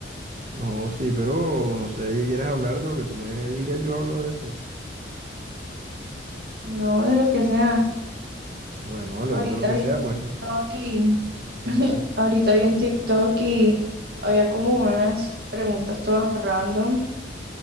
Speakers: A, on the right; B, on the right.
A: No, sí, pero no sé de qué quieres hablar, de lo que tú me digas, yo hablo de eso.
B: No, de lo que sea.
A: Ah, Bueno, hablemos
B: Ahorita
A: de lo que
B: vi
A: sea,
B: en TikTok
A: pues. <laughs>
B: y...
A: Ajá,
B: Ahorita vi en TikTok y había como unas preguntas todas random